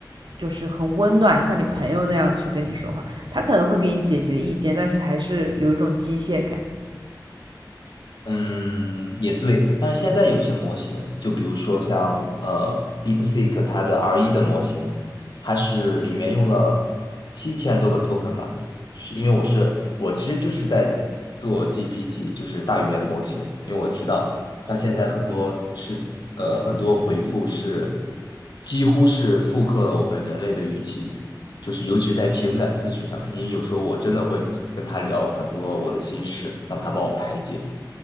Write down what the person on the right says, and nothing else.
就是很温暖，像你朋友那样去跟你说话。它可能会给你解决意见，但是还是有一种机械感。